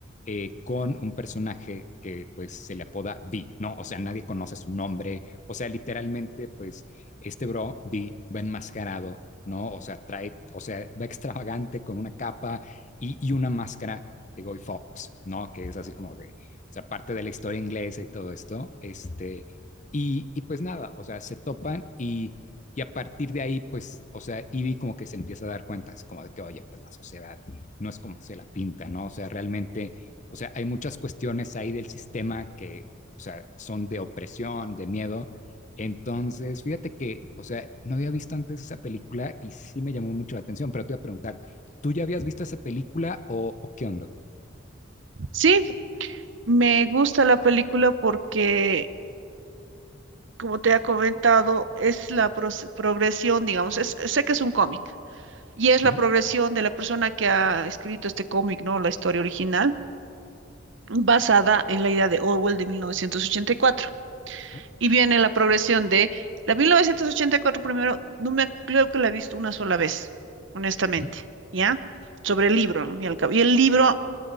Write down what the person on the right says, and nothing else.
Sí, me gusta la película porque, como te he comentado, es la pros- progresión, digamos, es- sé que es un cómic y es la
progresión de la persona que ha escrito este cómic, ¿no? La historia original, basada en la idea de Orwell de 1984. Y cuatro.
Y viene la progresión de la 1984 primero, no me creo que la he visto una sola vez, honestamente,
¿ya? Sobre el libro, ¿no? Y al cabo- y el libro,